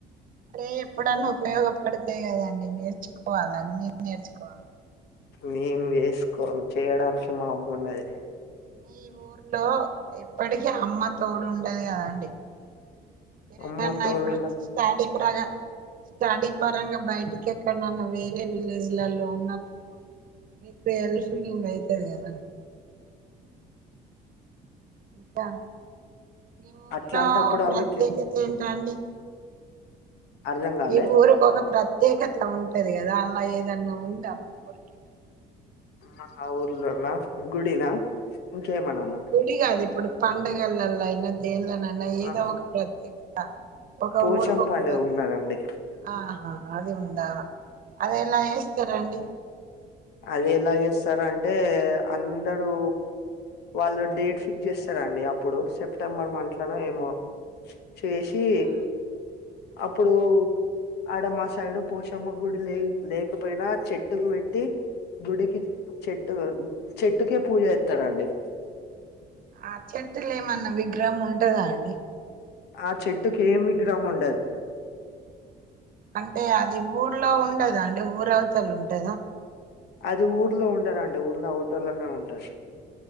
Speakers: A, on the right; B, on the left.
A: అరే ఎప్పుడన్నా ఉపయోగపడితయి కదండి నేర్చుకోవాలి అన్ని నేర్చుకోవాలి
B: నేను చేసుకోను చేయడానికి మా అమ్మ ఉన్నది
A: మీ ఊర్లో ఇప్పటికీ అమ్మ తోడు ఉంటది కదండి <inaudible>
B: అమ్మ తోడుండ
A: ఇప్పుడు స్టడీ ప్ర స్టడీ పరంగా బయటకి ఇంక ఎక్కడన్న వేరే విలేజ్లలో ఉన్నప్పుడు మీకు హెల్ప్ పుల్ అయితది కదా ఇంకా మీ ఊర్లో
B: అట్లాంటప్పుడు
A: ప్రత్యేకత
B: అవి
A: ఏంటండి
B: అర్థం కాలే
A: ఈ ఊరుకి ఒక ప్రత్యేకత ఉంటది కదా అలా ఏదన్నా ఉందా మీ ఊరికి మీ
B: ఆ ఆ ఊర్లోన గుడినా ఇంకేమన్నానా
A: గుడి గాదు ఇప్పుడు పండగలలేయినా దేంట్లనన్న
B: ఆ
A: ఏదో ఒక ప్రత్యేకత ఒక
B: పోచం
A: ఊరిక్ ఒక
B: పండుగ
A: ప్రత్యేక
B: ఉన్నదండి
A: ఆహా హాహా అది ఉందా అది ఎన్న చేస్తారండి
B: అది ఎలా జేస్తారంటే అందరూ వాళ్లు డేట్ ఫిక్స్ జేస్తారండి అప్పుడు సెప్ సెప్టెంబర్ మంత్లనో ఏమో చేసి
A: ఆ
B: అప్పుడు ఆడ మా సైడు పోశమ్మ గుడి లే లేకపోయినా చెట్టుకి వెట్టి గుడికి చెట్టు చెట్టుకే పూజ జేస్తారండి
A: ఆ చెట్టుల ఏమన్నా విగ్రహం ఉంటందా అండి
B: ఆ చెట్టు కేమ్ విగ్రహం ఉండది
A: అంటే అది ఊర్లో ఉండదండి ఊరు అవతల ఉంటందా
B: అది ఊర్లో ఉండరాండి ఊర్లో ఓటల లోనే ఉంటంది